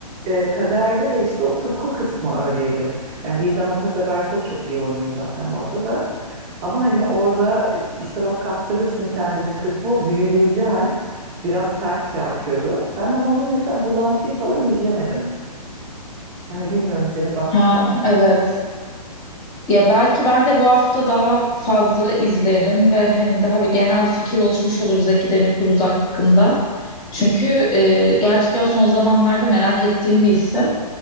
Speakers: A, on the right; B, on the left.
A: Ee, kaderde de işte o tutku kısmı öyleydi. Yani Vildan Atasever çok çok iyi oynuyor zaten orada da. Ama hani orada işte bak kaptırırsın kendini kısmı o büyüleyici hal biraz sert çarpıyordu. Ben ama onun mesela bulantıyı falan izlemedim. Hani bilmiyorum senin bakma
B: Ha,
A: farkı.
B: evet. Ya belki ben de bu hafta daha fazla izlerim ve hani daha bir genel bir fikir oluşmuş olur Zeki Demirkubuz hakkında. Çünkü e, gerçekten son zamanlarda merak ettiğim bir isim.